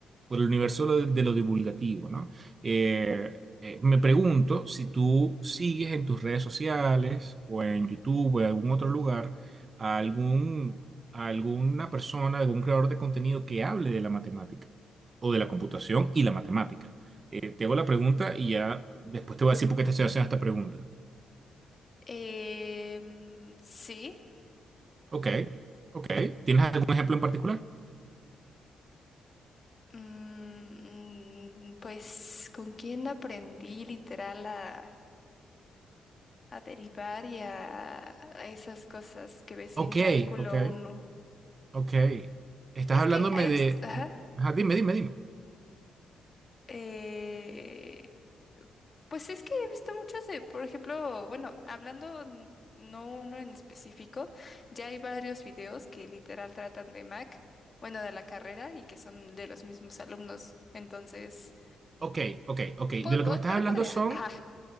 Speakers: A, on the right (about 35°); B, on the left (about 30°).
A: por el universo de lo, de lo divulgativo, ¿no? Eh, eh, me pregunto si tú sigues en tus redes sociales o en YouTube o en algún otro lugar a algún, a alguna persona, algún creador de contenido que hable de la matemática o de la computación y la matemática. Eh, te hago la pregunta y ya después te voy a decir por qué te estoy haciendo esta pregunta.
B: Em, sí.
A: Ok, ok. ¿Tienes algún ejemplo en particular?
B: Mm, pues con quién aprendí literal a, a derivar y a, a esas cosas que ves
A: Ok,
B: en cálculo
A: ok,
B: uno
A: ok. Estás
B: Es
A: hablándome
B: que he
A: de...
B: visto, ajá,
A: Ajá, dime, dime, dime.
B: eh, pues es que he visto muchos de, por ejemplo, bueno, hablando n- no uno en específico, ya hay varios videos que literal tratan de Mac, bueno, de la carrera y que son de los mismos alumnos. Entonces,
A: Ok, ok, ok.
B: pod-
A: De lo que me estás
B: pero
A: hablando
B: podría,
A: son,
B: ajá,